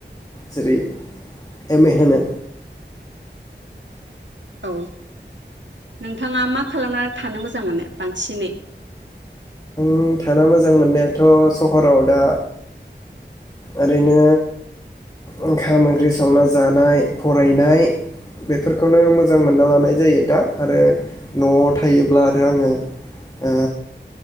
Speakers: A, on the left; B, on the right.
A: जेरै एम ए होनो।
B: औ नोंथाङा मा खालामना थानो मोजां मोनो बांसिनै?
A: आं थानो मोजां मोननायाथ' सहराव दा ओरैनो ओंखाम ओंख्रि संना जानाय फरायनाय बेफोरखौनो मोजां मोनना लानाय जायो दा आरो न'आव थायोब्ला आरो आङो ओ।